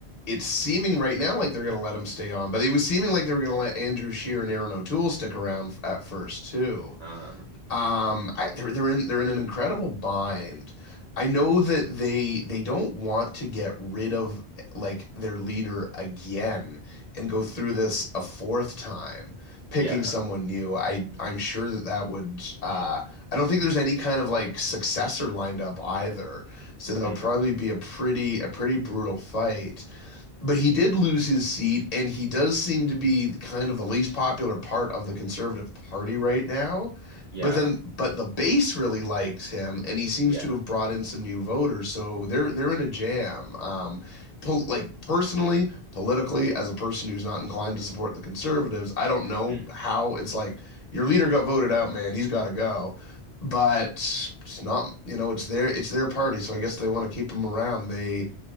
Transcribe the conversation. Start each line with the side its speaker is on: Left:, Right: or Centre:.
Left: it's seeming right now like they're going to let him stay on, but it was seeming like they were going to let Andrew Shear and Aaron O'Toole stick around f- at first too.
Right: Uh
Left: Um, I, they're they're in they're in an incredible bind. I know that they they don't want to get rid of like their leader again and go through this a fourth time, picking
Right: yeah.
Left: someone new. I I'm sure that that would uh I don't think there's any kind of like successor lined up either. So
Right: hmm
Left: that'll probably be a pretty a pretty brutal fight. But he did lose his seat, and he does seem to be the- kind of the least popular part of the Conservative Party right now.
Right: Yeah.
Left: But then, but the base really likes him, and he seems
Right: Yeah.
Left: to have brought in some new voters. So they're they're in a jam. Um, pol like personally, politically, as a person who's not inclined to support the Conservatives, I don't know
Right: hmm
Left: how it's like your leader got voted out, man. He's got to go. But it's not, you know, it's their it's their party, so I guess they want to keep him around. They